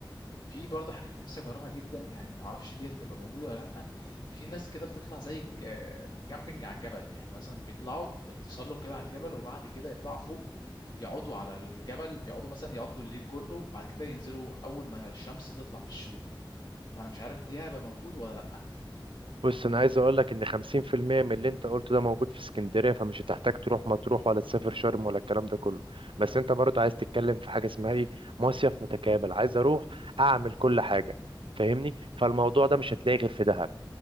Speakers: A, on the left (about 55°); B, on the right (about 85°).
A: في برضو حاجات نفسي اجربها جدا يعني ما اعرفش دي هتبقى موجوده ولا لا في ناس كده بتطلع زي ك- آه، كامبينج على الجبل يعني مثلا بيطلعوا تسلق كده على الجبل وبعد كده يطلعوا فوق يقعدوا على الجبل يقعدوا مثلا يقعدوا الليل كله وبعد كده ينزلوا اول ما الشمس تطلع في الشروق فانا مش عارف دي هيبقى موجود ولا لا
B: بص انا عايز اقول لك ان 50% من اللي انت قلته ده موجود في اسكندرية فمش هتحتاج تروح مطروح ولا تسافر شرم ولا الكلام ده كله بس انت برضه عايز تتكلم في حاجة اسمها ايه مصيف متكامل عايز اروح اعمل كل حاجة فاهمني فالموضوع ده مش هتلاقيه غير في دهب